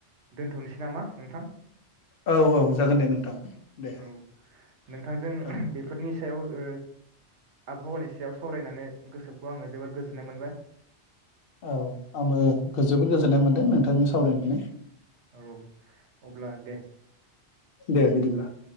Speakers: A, on the right; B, on the left.
A: दोन्थ'नोसै नामा नोंथां।
B: औ औ जागोन दे नोंथां। दे
A: औ नोंथांजों
B: औ
A: बेफोरनि सायाव ओ आबहावानि सायाव सावरायनानै गोसोखौ आङो जोबोर गोजोननाय मोनबाय।
B: औ आंबो गो जोबोद गोजोननाय मोनदों नोंथांजों सावरायनानै।
A: औ अब्ला दे
B: दे बिदिब्ला। <inaudible>